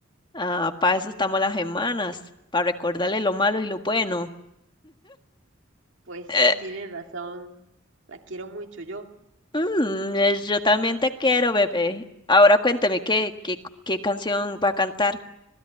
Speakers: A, on the left; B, on the right.
A: Ah, para eso estamos las hermanas, para recordarle lo malo y lo bueno.
B: Pues
A: Eh,
B: sí, tiene razón. La quiero mucho yo.
A: mm, eh, yo también te quiero, bebé. Ahora cuénteme qué, qué, qué canción va a cantar.